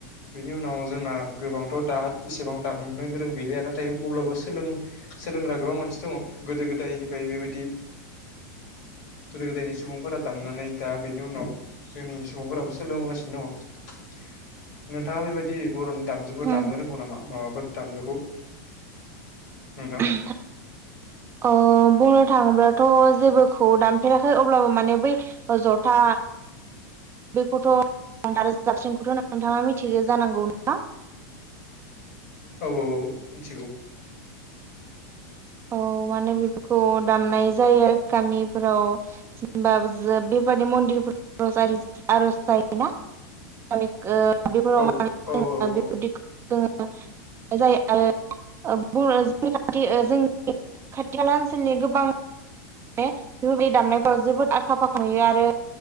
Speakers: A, on the left; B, on the right.
A: बिनि उनाव जोंना गोबांथ' दा इसेबां दामनो गोरों गैलिया नाथाय अब्लाबो सोलों सोलोंग्रा गोबां मानसि दङ गोदो गोदायनिफाय बेबायदि गोदो गोदायनि सुबुंफोरा दामनानै दा बेनि उनाव जोंनि सुबुंफोराबो सोलोंबोगासिनो दङ नोंथाङा बेबायदि बर'नि दामजुफोर
B: उम
A: दामनो रोंगौ नामा माबाफोर दामजुखौ नोंथां
B: <inaudible> अ बुंनो थाङोब्लाथ' जेबोखौ दानफेराखै अब्लाबो माने बै अ जथा बेखौथ' <unintelligible> रोजाबसिनखौथ' नोंथाङा मिथिगौ जानांगौ नोंथां
A: औ औ औ मिथिगौ
B: औ माने बेफोरखौ दामनाय जायो आरो गामिफोराव जेनेबा फुजा बेबि मन्दिरफोर <unintelligible> जायोना <unintelligible>
A: औ औ औ औ
B: <unintelligible> खाथि खाला ओनसोलनि गोबां बे बे दामनायफ्राव जोबोद आखा फाखा नुयो आरो